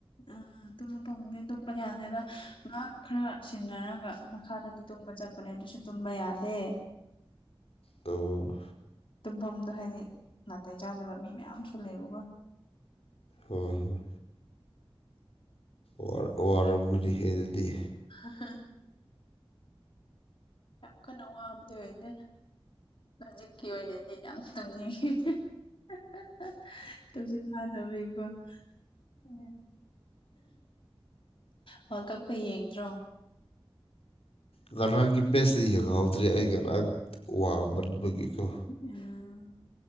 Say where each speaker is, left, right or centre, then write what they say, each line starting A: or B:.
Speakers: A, on the left (about 65°); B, on the left (about 85°).
A: ꯑ ꯇꯨꯝꯕ ꯐꯪꯗꯦ ꯇꯨꯝꯄ ꯌꯥꯗꯦꯗ ꯉꯍꯥꯛ ꯈꯔ ꯁꯤꯟꯅꯔꯒ ꯃꯈꯥꯗꯗꯤ ꯇꯨꯝꯕ ꯆꯠꯄꯅꯦ ꯑꯗꯨꯁꯨ ꯇꯨꯝꯕ ꯌꯥꯗꯦ
B: ꯇꯣ
A: ꯇꯨꯝꯐꯝꯗꯣ ꯍꯥꯏꯗꯤ ꯅꯥꯇꯩ ꯆꯥꯗꯕ ꯃꯤ ꯃꯌꯥꯝꯁꯨ ꯂꯩꯕꯒ
B: ꯍꯣꯏ ꯍꯣꯏ꯫ ꯋꯥꯔ ꯋꯥꯔꯧꯕꯗꯤ ꯍꯦꯂꯗꯤ
A: ꯍꯥꯍꯥ ꯌꯥꯝ ꯀꯟꯅ ꯋꯥꯕꯗꯤ ꯑꯣꯢꯗꯦ꯫ ꯍꯧꯖꯤꯛꯀꯤ ꯑꯣꯏꯅꯗꯤ ꯌꯥꯝ ꯇꯨꯝꯅꯤꯡꯉꯤ ꯍꯥ ꯍꯥ ꯇꯨꯝꯁꯤꯠ ꯐꯗꯕꯩꯏꯀꯣ꯫ ꯎ ꯋꯥꯔꯜ ꯀꯞꯀ ꯌꯦꯡꯗ꯭ꯔꯣ꯫
B: ꯉꯔꯥꯡꯒꯤ ꯃꯕꯦꯠꯁꯇ ꯌꯦꯡꯍꯧꯗ꯭ꯔꯦ ꯑꯩ ꯉꯔꯥꯡ ꯋꯥꯃꯟꯕꯒꯤꯀꯣ꯫
A: <unintelligible>